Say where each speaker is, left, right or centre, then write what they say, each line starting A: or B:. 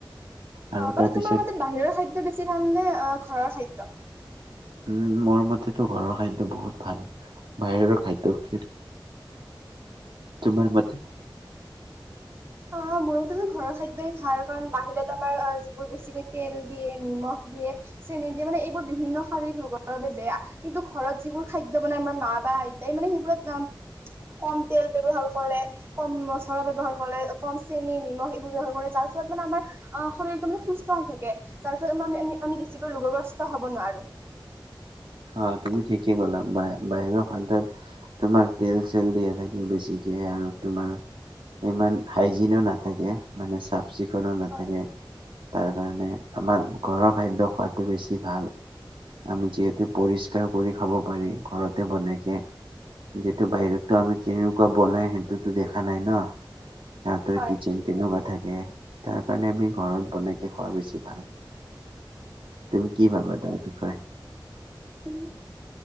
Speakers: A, on the right (about 80°); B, on the right (about 30°).
A: আৰু
B: অ
A: তাৰপিছত
B: বাৰু তোমাৰ মতে বাহিৰৰ খাদ্য বেছি। ভাল নে অ ঘৰৰ খাদ্য?
A: উম মৰমতে টো ঘৰৰ খাদ্য বহুত ভাল। বাহিৰৰ খাদ্য কিয়। তোমাৰ মতে?
B: অ মোৰ মতেতো ঘৰৰ খাদ্যয়ই ভাল কাৰণ বাহিৰত আমাৰ যিবোৰ বেছিকৈ তেল দিয়ে, নিমখ দিয়ে। চেনি দিয়ে মানে এইবোৰ বিভিন্ন শাৰীৰিক ৰোগৰ বাবে বেয়া কিন্তু ঘৰত যিবোৰ খাদ্য বনাই আমাৰ মা বা আইতাই মানে সেইবোৰত কম তেল ব্যৱহাৰ কৰে, কম মচলা ব্যৱহাৰ কৰে। কম চেনি, নিমখ এইবোৰ ব্যৱহাৰ কৰে। যাৰ ফলত মানে আমাৰ শৰীৰতটো মানে সুস্থ হৈ থাকে। যাৰ ফলত আমি আমি বেছিকৈ ৰোগগ্ৰস্ত হব নোৱাৰোঁ।
A: অ তুমি ঠিকে ক'লা বাহিৰৰ খাদ্যত তোমাৰ তেল চেল দিয়া থাকে বেছিকে আৰু তোমাৰ ইমান হাইজিনো নাথাকে মানে চাফ চিক <unintelligible> কোনো নাথাকে।
B: হয়
A: তাৰ কাৰণে আমাৰ ঘৰৰ খাদ্য সোৱাদ। বেছি ভাল আমি যিহেতু পৰিষ্কাৰ
B: হয়
A: কৰি খাব পাৰি ঘৰত বনাইকে যিতটো বাহিৰতো আমি কেনেকুৱা বনাই সেইটোতো দেখা নাই ন। সিহঁতৰ
B: হয়
A: কিচেন কেনেকুৱা থাকে তাৰ কাৰণে আমি ঘৰত বনাইকে খোৱা বেছি ভাল। তুমি কি ভাবা তাই বিষয়ে?
B: উম